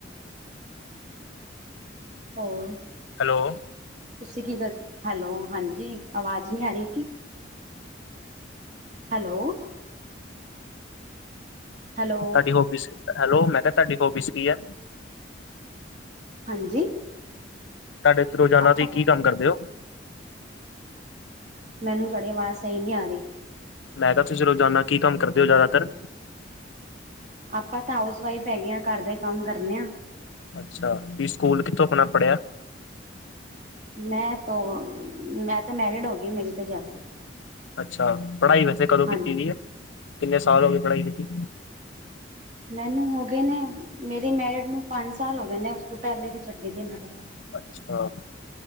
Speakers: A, on the right (about 40°); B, on the left (about 80°).
A: ਹੋਰ।
B: ਹੈਲੋ,
A: ਤੁਸੀਂ ਕੀ ਕਰ ਹੈਲੋ, ਹਾਂਜੀ। ਆਵਾਜ਼ ਨਹੀਂ ਆ ਰਹੀ। ਕਿ ਹੈਲੋ ਹੈਲੋ
B: ਤਾਡੀ ਹੋਬੀਜ਼, ਹੈਲੋ ਮੈਂ ਕਯਾ ਤਾਡੀ ਹੋਬੀਜ਼ ਕੀ ਐ?
A: ਹਾਂਜੀ
B: ਤਾਡੇ ਚ ਰੋਜ਼ਾਨਾ
A: ਆਪਾਂ
B: ਤੁਈ ਕੀ ਕੰਮ ਕਰਦੇ ਓ?
A: ਮੈਨੂੰ ਤੁਆਡੀ ਆਵਾਜ਼ ਸਈ ਨੀ ਆ ਰਈ।
B: ਮੈਂ ਕਯਾ ਤੁਸੀਂ ਰੋਜ਼ਾਨਾ ਕੀ ਕੰਮ ਕਰਦੇ ਹੋ ਜ਼ਾਦਾਤਰ?
A: ਆਪਾਂ ਤਾਂ ਹਾਊਸ ਵਾਈਫ ਹੈਗੇ ਆ ਘਰ ਦਾ ਈ ਕੰਮ ਕਰਨੇ ਆ।
B: ਅੱਛਾ, ਵੀ ਸਕੂਲ ਕਿੱਥੋਂ ਆਪਣਾ ਪੜ੍ਹਿਆ?
A: ਮੈਂ ਤੋਂ ਮੈਂ ਤਾਂ ਮੈਰਿਡ ਹੋ ਗਈ ਮੇਰੀ ਤਾਂ ਜਾਗ
B: ਅੱਛਾ, ਪੜ੍ਹਾਈ ਵੈਸੇ ਕਦੋਂ
A: ਹਾਂਜੀ
B: ਕੀਤੀ ਦੀ ਐ? ਕਿੰਨੇ ਸਾਲ ਹੋ ਗਏ ਪੜ੍ਹਾਈ ਕੀਤੀ?
A: ਮੈਨੂੰ ਹੋ ਗਏ ਨੇ ਮੇਰੀ ਮੈਰਿਡ ਨੂੰ ਪੰਜ ਸਾਲ ਹੋ ਗਏ ਨੇ ਉਸ ਤੋਂ ਪੇਲੇ ਦੀ ਛੱਡੀ ਦੀ ਮੈਂ ਤੇ ਬਣਾਈ
B: ਅੱਛਾ